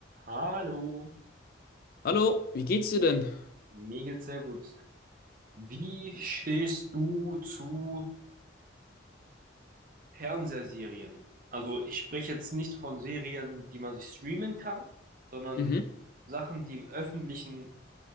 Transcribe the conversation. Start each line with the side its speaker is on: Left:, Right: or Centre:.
Right: Hallo,
Left: Hallo, wie geht's dir denn?
Right: mir geht's sehr gut. Wie stehst du zu Fernsehserien? Also ich spreche jetzt nicht von Serien, die man sich streamen kann, sondern
Left: Mhm.
Right: Sachen, die im öffentlichen